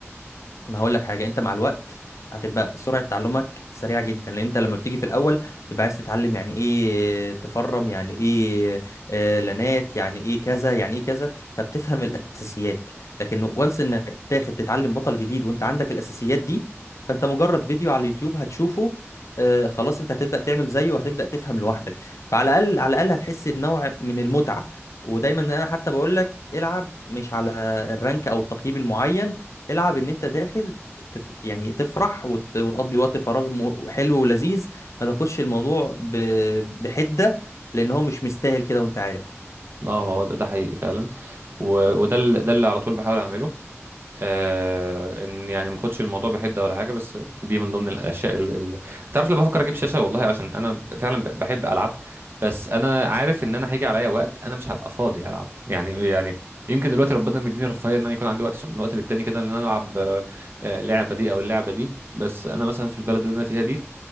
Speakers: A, on the left; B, on the right.
A: ما هقول لك حاجه انت مع الوقت هتبقى سرعه تعلمك سريعه جدا لان انت لما بتيجي في الاول تبقى عايز تتعلم يعني ايه تفرم يعني ايه آه، لانات يعني ايه كذا يعني ايه كذا فبتفهم الاساسيات لكن وانس انك تاخد تتعلم بطل جديد وانت عندك الاساسيات دي فانت مجرد فيديو على اليوتيوب هتشوفه آه، خلاص انت هتبدا تعمل زيه وهتبدا تفهم لوحدك فعلى الاقل على الاقل هتحس بنوع من المتعه ودايما انا حتى بقول لك العب مش على الرانك او التقييم المعين العب ان انت داخل تف... يعني تفرح وت... وتقضي وقت فراغ م... حلو ولذيذ ما تاخدش الموضوع ب... بحدة لان هو مش مستاهل كده وانت عارف
B: اه هو ده ده حقيقي فعلا و- وده ال- ده اللي على طول بحاول اعمله آه ان يعني ما اخدش الموضوع بحده ولا حاجه بس دي من ضمن الاشياء اللي تعرف لما بفكر اجيب شاشه والله عشان انا فعلا ب- بحب العب بس انا عارف ان انا هيجي عليا وقت انا مش هبقى فاضي العب يعني يعني يمكن دلوقتي ربنا مديني الرفاهيه ان انا يكون عندي وقت من وقت للتاني كده ان انا العب آه، آه، لعبه دي او اللعبه دي بس انا مثلا في البلد اللي انا فيها دي